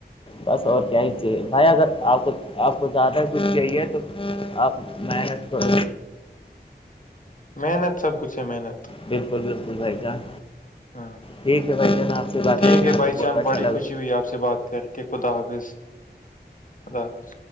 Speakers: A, on the left; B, on the left.
A: بس اور کیا ہی چاہیے بھائی اگر آپ کو آپ کو زیادہ کچھ چاہیے تو آپ محنت کر
B: محنت سب کچھ ہے محنت
A: بالکل بالکل بھائی جان
B: ہاں
A: ٹھیک ہے بھائی جان آپ سے بات
B: ٹھیک
A: کر کے
B: ہے
A: میرے
B: بھائی
A: کو بہت
B: چان
A: اچھا
B: بڑی
A: لگا
B: خوشی ہوئی آپ سے بات کر کے خدا حافظ خدا حافظ